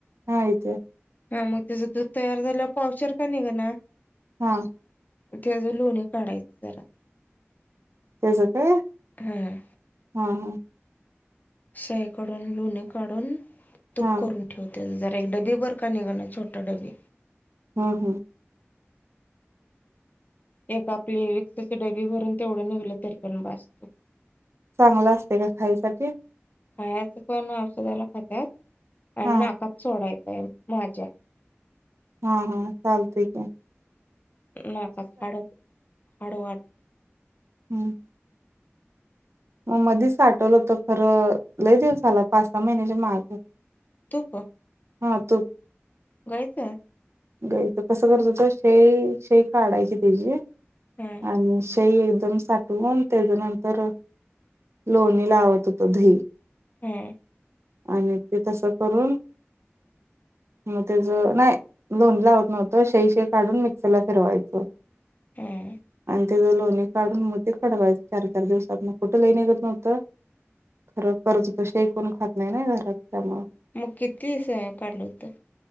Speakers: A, on the right; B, on the left.
A: हायत.
B: हा मग त्याच दूध तयार झालंला पावचर का नाही ग ना.
A: हम.
B: त्या ज लोणी काढायच जरा
A: तेच ते
B: हा
A: हा हा.
B: शाही काून लुणी काढून तूप
A: हा
B: करून ठेवते. एक डबी बर का निघा ना छोटा डबी
A: हम्म हम्म.
B: एक आपली विकसाचे डबी भरून तेवढं निघलं तरी करून बजतो.
A: चांगलं असते का खायसाठी.
B: खायचं पण औषधाला खात्यात आणि
A: हा
B: नाकाप सोडायचंय माझ्या
A: हा हा चालतय का?
B: नाकाच हाड हाड वाढले.
A: हम्म. मग मधीच आठवलंत खरं लय देऊ झाला पाच सहा महिन्याच्या मार्ग
B: तूफ
A: हा त.
B: गयचंय.
A: गयच कसं करतो त शे शे काढायची त्याची
B: हा
A: आणि एकदम साठवून त्याच्या नंतर लोणी लावत होत दही
B: हम
A: आणि ते तसं करून मग त्याच नाही लोन लावत नव्हतं शे शे काढून मिक्सर ला फिरवायचं
B: हम्
A: ते लोणी काढून मग ते कडवायच चार चार दिवसात मग कुठं लईनघत नव्हतं खरं कर्च त शेक कोण खात नाही ना घरात त्यामुळं
B: मग किती स काल होत